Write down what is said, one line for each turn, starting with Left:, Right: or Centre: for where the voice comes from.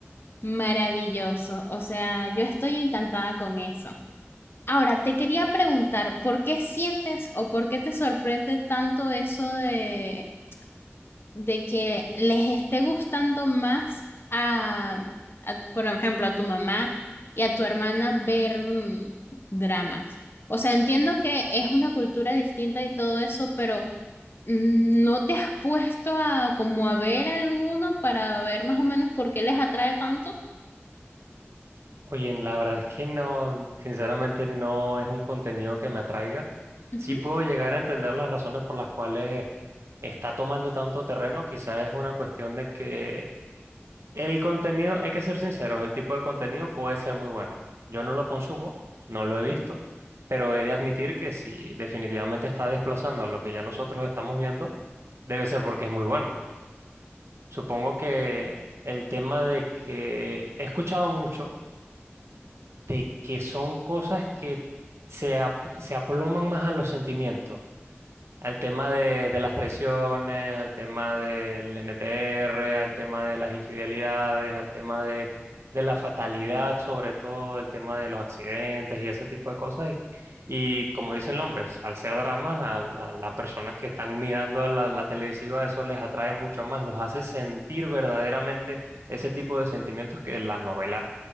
Left: maravilloso, o sea, yo estoy encantada con eso. Ahora, te quería preguntar, ¿por qué sientes o por qué te sorprende tanto eso de de que les esté gustando más a, a, por ejemplo, a tu mamá y a tu hermana ver mm, dramas. O sea, entiendo que es una cultura distinta y todo eso, pero mm, ¿no te has puesto a como a ver alguno para ver más o menos por qué les atrae tanto?
Right: Oye, la verdad es que no, sinceramente no es un contenido que me atraiga.
Left: Ujú,
Right: Sí puedo llegar a entender las razones por las cuales está tomando tanto terreno, quizás es una cuestión de que El contenido, hay que ser sinceros, el tipo de contenido puede ser muy bueno. Yo no lo consumo, no lo he visto, pero he de admitir que si definitivamente está desplazando a lo que ya nosotros estamos viendo, debe ser porque es muy bueno. Supongo que el tema de que he escuchado mucho de que son cosas que se, ap- se aploman más a los sentimientos al tema de, de las traiciones, al tema del NTR, al tema de las infidelidades, al tema de, de la fatalidad, sobre todo, el tema de los accidentes y ese tipo de cosas. Y, y como dice el nombre, al ser dramas, a, a las personas que están mirando la, la televisiva, eso les atrae mucho más, los hace sentir verdaderamente ese tipo de sentimientos que las novelas,